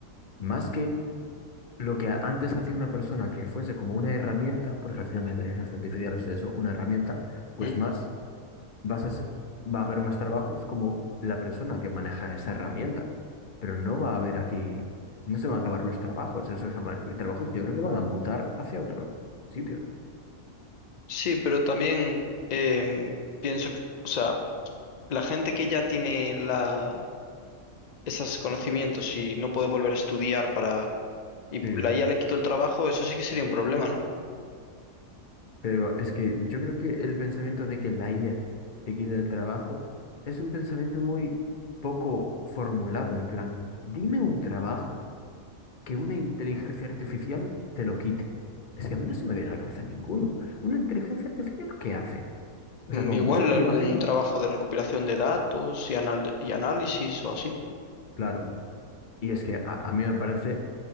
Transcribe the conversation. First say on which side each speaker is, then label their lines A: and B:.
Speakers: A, on the left; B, on the left.
A: más que lo que a- antes hacía una persona que fuese como una herramienta, porque al final la inteligencia artificial es eso, una herramienta, pues
B: ¿Mm?
A: más vas a, se- va a haber más trabajos como la persona que maneja esa herramienta, pero no va a haber aquí, no se van a acabar los trabajos, esos jama- trabajos yo creo que van a mutar hacia otros sitios.
B: Sí, pero también em, pienso que, o sea, la gente que ya tiene la, esos conocimientos y no puede volver a estudiar para, y p-
A: Sí.
B: la IA le quitó el trabajo, eso sí que sería un problema, ¿no?
A: Pero es que yo creo que el pensamiento de que la IA te quita el trabajo es un pensamiento muy poco formulado, en plan, dime un trabajo que una inteligencia artificial te lo quite. Es que a mí no se me viene a la cabeza ninguno. ¿Una inteligencia artificial qué hace? O
B: Mm,
A: sea, como
B: Igual
A: muchos me
B: algún
A: imagino,
B: trabajo de recopilación de datos y, anal- y análisis o así.
A: claro, Y es que a, a mí me parece,